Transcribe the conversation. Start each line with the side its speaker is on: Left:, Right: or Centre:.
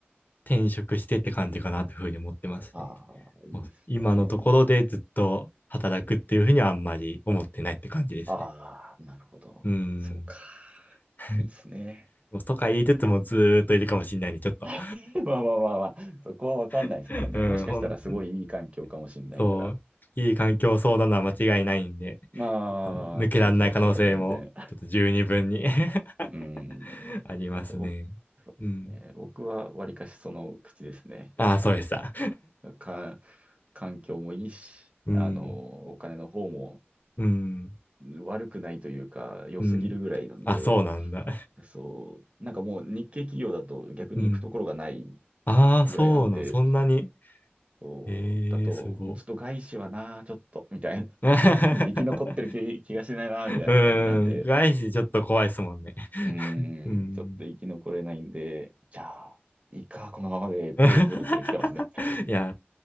Left: 転職してって感じかなというふうに思ってますね。
Right: ああ、いいですね。
Left: もう今のところでずっと働くっていうふうにはあんまり思ってないって感じですね。
Right: ああ、なるほど。
Left: うーん。
Right: そうか。
Left: <laughs>
Right: いいですね。
Left: もうとか言いつつもずーっといるかもしれないんで、ちょっと。
Right: <laughs> まあまあまあまあ、そこはわかんないですからね。
Left: <laughs> うん、
Right: もしかしたらすごいいい環境かもしれないから。
Left: 本当に。そう。いい環境そうなのは間違いないんで、
Right: まあ、
Left: ちょっともう抜けられない可能性も、
Right: じゃあじゃあじゃあ、全然。
Left: ちょっと十二分に
Right: うーん。
Left: <laughs> ありますね。
Right: 僕そうですね。
Left: うん。
Right: 僕はわりかしその口ですね。
Left: ああ、そうでした。
Right: か、環境もいいし、
Left: <laughs> うん。
Right: あの、お金の方も
Left: うん。
Right: 悪くないというか、良すぎるぐらいなんで、
Left: うん。あ、そうなんだ。
Right: そう、なんかもう日系企業だと逆に行くところがない
Left: うん。ああ、そうなん、
Right: ぐらいなんで、
Left: そんなに。
Right: そう、
Left: ええー、
Right: だと、
Left: すご。
Right: ちょっと外資はな、ちょっと、みたいな。
Left: <laughs> う
Right: <laughs> 生き残ってる気、気がしないな、
Left: ーん、
Right: みたいな感じなんで、
Left: 外資ちょっと怖いですもんね。
Right: うーん、
Left: うーん。
Right: ちょっと生き残れないんで、じゃあ、いいか、このままで、で、
Left: <laughs>
Right: ずるずる来てますね。
Left: いや